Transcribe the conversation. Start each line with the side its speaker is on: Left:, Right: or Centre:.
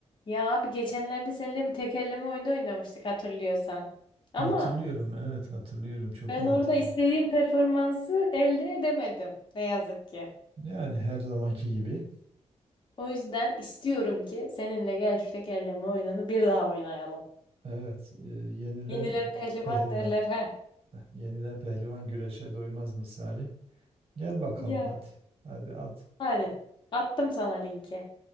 Left: Ya abi geçenlerde seninle bir tekerleme oyunu oynamıştık hatırlıyorsan. Ama
Right: Hatırlıyorum, evet hatırlıyorum. Çok
Left: ben
Right: iyi
Left: orada
Right: hatırlıyorum.
Left: istediğim performansı elde edemedim ne yazık ki.
Right: Yani her zamanki gibi.
Left: O yüzden istiyorum ki seninle gel şu tekerleme oyununu bir daha oynayalım.
Right: Evet, e, yenilen
Left: Yenilen pehlivan
Right: pehlivan.
Left: derler ha.
Right: <laughs> Heh, Yenilen pehlivan güreşe doymaz misali. Gel bakalım
Left: Ya
Right: hadi. Hadi at.
Left: hadi attım sana linki.